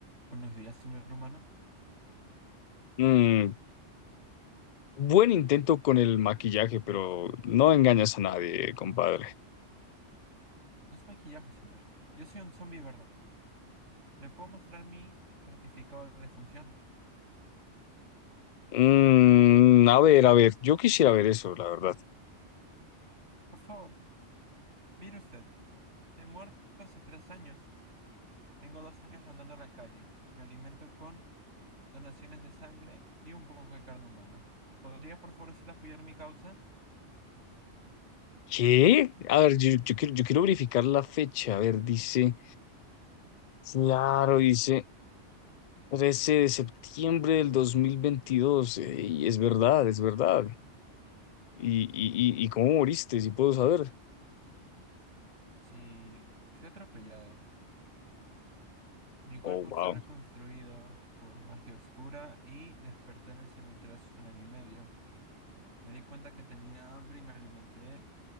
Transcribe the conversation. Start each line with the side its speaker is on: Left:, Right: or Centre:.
Right: Buenos días, señor humano.
Left: Mm, buen intento con el maquillaje, pero no engañas a nadie, compadre.
Right: No es maquillaje, señor. Yo soy un zombie, ¿verdad? Le puedo mostrar mi certificado de defunción.
Left: Mm, a ver, a ver, yo quisiera ver eso, la verdad.
Right: Por favor, mire usted. He muerto hace tres años. Tengo dos años rondando la calle. Me alimento con donaciones de sangre y un poco de carne humana. ¿Podría, por favor, usted apoyar mi causa?
Left: ¿Qué? A ver, yo, yo quiero, yo quiero verificar la fecha. A ver, dice, claro, dice trece de septiembre del dos mil veintidós Y es verdad, es verdad. ¿Y, y, y y cómo moriste? Si puedo saber.
Right: Sí, fui atropellado. Mi cuerpo
Left: Oh, wow.
Right: fue reconstruido por magia oscura y desperté en el cementerio hace un año y medio. Me di cuenta que tenía hambre y me alimenté